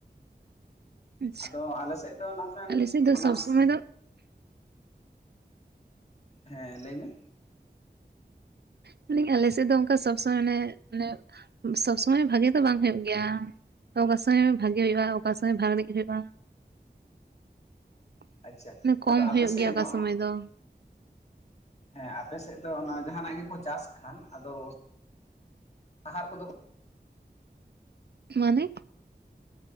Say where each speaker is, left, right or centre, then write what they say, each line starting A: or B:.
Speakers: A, on the right; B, on the left.
A: ᱟᱪᱪᱷᱟ
B: ᱟᱫᱚ ᱟᱞᱮ ᱥᱮᱫ ᱫᱚ ᱱᱚᱝᱠᱟᱱ
A: ᱟᱞᱮ ᱥᱮᱫ ᱫᱚ
B: ᱚᱱᱟ
A: ᱥᱚᱵᱽ ᱥᱚᱢᱚᱭ ᱫᱚ
B: ᱦᱮᱸ ᱞᱟᱹᱭ ᱢᱮ,
A: ᱢᱟᱱᱮ ᱟᱞᱮᱥᱮᱫ ᱫᱚ ᱚᱱᱠᱟ ᱥᱚᱵ ᱥᱚᱢᱚᱭ ᱢᱟᱱᱮ ᱢᱮᱱᱮ ᱥᱚᱵ ᱥᱚᱢᱚᱭ ᱵᱷᱟᱜᱮ ᱫᱚ ᱵᱟᱝ ᱦᱩᱭᱩᱜ ᱜᱮᱭᱟ ᱾ ᱚᱠᱟ ᱥᱚᱢᱚᱭ ᱵᱷᱟᱜᱮ ᱦᱩᱭᱩᱜᱼᱟ ᱚᱠᱟ ᱥᱚᱢᱚᱭ ᱵᱟᱲᱤᱡ ᱦᱩᱭᱩᱜᱼᱟ ᱾
B: ᱟᱪᱪᱷᱟ
A: ᱠᱚᱢ
B: ᱟᱫᱚ ᱟᱯᱮ
A: ᱦᱩᱭᱩᱜ
B: ᱥᱮᱫ
A: ᱜᱮᱭᱟ ᱚᱠᱟ
B: ᱱᱚᱣᱟ
A: ᱥᱚᱢᱚᱭ ᱫᱚ ᱾
B: ᱦᱮᱸ ᱟᱯᱮᱥᱮᱫ ᱫᱚ ᱚᱱᱟ ᱡᱟᱦᱟᱸᱱᱟᱜ ᱜᱮᱠᱚ ᱪᱟᱥ ᱠᱷᱟᱱ ᱟᱫᱚ ᱟᱦᱟᱨ ᱠᱚᱫᱚ
A: ᱢᱟᱱᱮ?